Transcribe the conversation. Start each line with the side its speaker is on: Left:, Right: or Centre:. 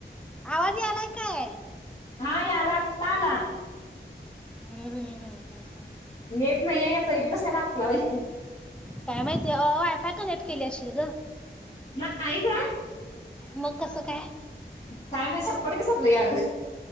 Centre: आवाज यालाय काय
Left: हा यायला आता आला
Centre: हम्म हम् हम्म हम् हम्
Left: नेट नाही आहे या तरी बी कस काय लागलाई
Centre: काय माहितीय अ वायफाय कनेक्ट केली असशील ग
Left: नाही ग
Centre: मग कसं काय
Left: काय माहित शंभर टक्के सपल याग